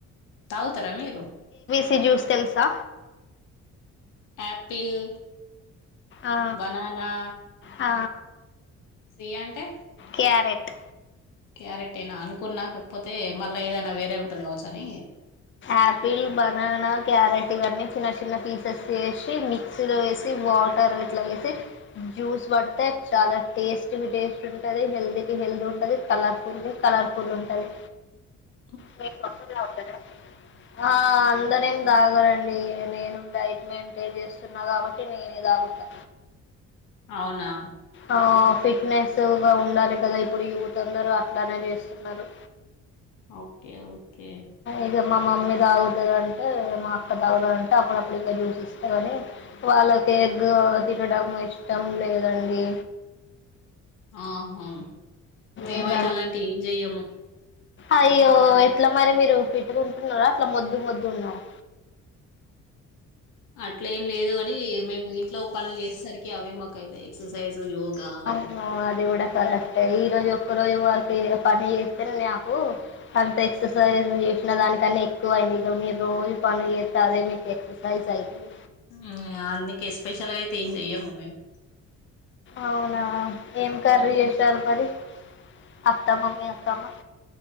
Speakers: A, on the left; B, on the left.
A: తాగుతార మీరు
B: ఏబీసీ జ్యూస్ తెల్సా
A: ఆపిల్
B: ఆ
A: బనానా
B: ఆ
A: సీ అంటే
B: క్యారెట్
A: క్యారెట్ ఏనా అనుకున్నా కాకపోతే మళ్ళా ఏదైనా వేరే ఉంటది కావచ్చు అని
B: ఆపిల్ బననా క్యారెట్ ఇవన్నీ చిన్న చిన్న పీసెస్ వేసి మిక్సీలో వేసి వాటర్ ఇట్లా వేసి జ్యూస్ పడితే చాలా టేస్ట్కి టేస్ట్ ఉంటది హెల్తీ కి హెల్దీ ఉంటది కలర్ఫుల్ కి కలర్ఫుల్ ఉంటది
A: <inaudible>
B: మీ ఇంట్లో అందర్ తాగుతారా ఆ అందరు ఏం తాగరండి నేను డైట్ మెయింటైన్ చేస్తున్నా కాబట్టి నేనే తాగుతా
A: అవునా
B: ఆ ఫిట్ నెస్ గా ఉండాలి కదా ఇప్పుడు యూత్ అందరూ అట్లానే చేస్తున్నారు
A: ఓకే ఓకే
B: ఇక మా మమ్మీ తాగుతది అంటే మా అక్క తాగుతది అంటే అప్పుడప్పుడు ఇక జ్యూస్ ఇస్తా కాని వాళ్ళ ట ఎగ్ తినడమ్ ఇష్టం లేదండి
A: ఆహా మేమైతే
B: ఇంకా
A: అలాంటివి ఏం చెయ్యము
B: అయ్యో ఎట్లా మరి మీరు ఫిట్టుగుంటున్నారా అట్లా ముద్దు ముద్దు ఉన్నారా
A: <inaudible> అట్ల ఏం లేదు అని మేము ఇంట్లో పనులు చేసేసరికి అవే మాకైతాయి ఎక్సర్సైజ్ యోగా అవన్ని
B: ఆ అది కూడా కరెక్ట్ ఏ ఒక్క రోజు వర్క్ పని చేస్తే నాకు అంత ఎక్సర్సైజ్ చేసిన దానికన్నా ఎక్కువ మీ రోజు ఇగ పని జేత్తే మీ ఎక్సర్సిస్ అయితది
A: హ్మ్ అందుకే స్పెషల్ గా అయితే ఏం చెయ్యము మేము
B: అవునా ఏం కర్రీ
A: హ్మ్.
B: చేసారు మరి అత్తమ్మ మీ అక్కమ్మ